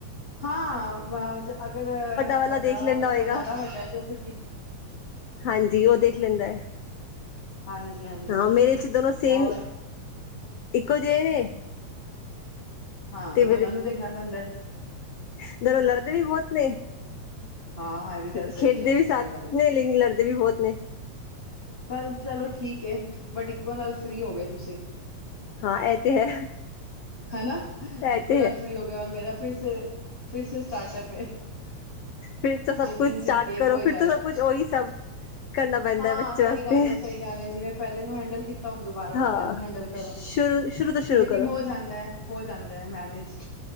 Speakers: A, on the left; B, on the left.
A: ਹਾਂ ਅਗਰ
B: ਵਾਲਾ
A: ਵੱਡਾ
B: ਦੇਖ ਲੈਂਦਾ
A: ਬੱਚਾ
B: ਹੋਏਗਾ
A: ਜ਼ਿਆਦਾ ਵੱਡਾ ਚ ਫ
B: ਹਾਂਜੀ ਉਹ ਦੇਖ ਲੈਂਦਾ ਹੈ।
A: ਹਾਂਜੀ ਹਾਂਜੀ
B: ਹਾਂ ਮੇਰੇ ਚ ਦੋਨੋ ਸੇਮ
A: ਔਰ
B: ਇੱਕੋ ਜਿਹੇ ਨੇ।
A: ਹਾਂ
B: ਤੇ
A: ਦੋਨਾਂ ਨੂੰ ਦੇਖਣਾ ਪੈਂਦਾ।
B: ਜਦੋਂ ਲੜਦੇ ਵੀ ਬਹੁਤ ਨੇ।
A: ਹਾਂ ਇਹ ਵੀ ਗੱਲ
B: ਖੇਡਦੇ
A: ਸਹੀ ਹੈ
B: ਵੀ
A: ਸਹੀ
B: ਸਾਥ
A: ਗੱਲ ਹੈ
B: ਨੇ
A: ਸਹੀ।
B: ਲੇਕਿਨ ਲੜਦੇ ਵੀ ਬਹੁਤ ਨੇ।
A: ਪਰ ਚਲੋ ਠੀਕ ਹੈ ਬਟ ਇੱਕੋ ਨਾਲ ਫ੍ਰੀ ਹੋ ਗਏ ਤੁਸੀਂ।
B: ਹਾਂ ਇਹ ਤੇ ਹੈ
A: ਹਨਾ
B: ਇਹ
A: ਇੱਕੋ
B: ਤੇ
A: ਨਾਲ
B: ਹੈ
A: ਫ੍ਰੀ ਹੋ ਗਏ ਔਰ ਮੇਰਾ ਫਿਰ ਫਿਰ ਸਟਾਰਟਅਪ
B: ਫਿਰ ਤਾਂ ਸਭ
A: ਲੇਕਿਨ
B: ਕੁਛ
A: ਠੀਕ
B: ਸਟਾਰਟ ਕਰੋ
A: ਕੋਈ
B: ਫਿਰ
A: ਗੱਲ
B: ਤਾਂ ਸਭ
A: ਨੀ
B: ਕੁਛ ਉਹੀ ਸਭ ਕਰਨਾ ਪੈਂਦਾ
A: ਹਾਂ
B: ਬੱਚੇ
A: ਸਹੀ
B: ਵਾਸਤੇ
A: ਗੱਲ ਹੈ ਸਹੀ ਗੱਲ ਹੈ ਜਿਵੇਂ ਪਹਿਲੇ ਨੂੰ ਹੈਂਡਲ ਕੀਤਾ। ਹੁਣ ਦੁਬਾਰਾ
B: ਹਾਂ
A: ਇਹਨੂੰ ਹੈਂਡਲ ਕਰੋ।
B: ਸ਼ੁਰੂ ਸ਼ੁਰੂ ਤੋਂ ਸ਼ੁਰੂ
A: ਲੇਕਿਨ
B: ਕਰੋ
A: ਹੋ ਜਾਂਦਾ, ਹੋ ਜਾਂਦਾ, ਮੈਨੇਜ।